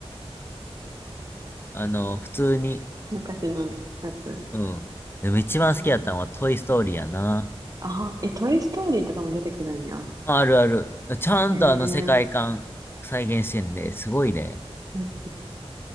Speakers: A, on the left; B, on the right.
A: あの、普通に。
B: 昔のやつ。
A: うん。でも一番好きだったのはトイストーリーやな。
B: えー、あー、え、トイ・ストーリーとかも出てくるんや。
A: あるある。ちゃんとあの世界観再現してんで、
B: へえ。うん
A: すごいね。
B: うん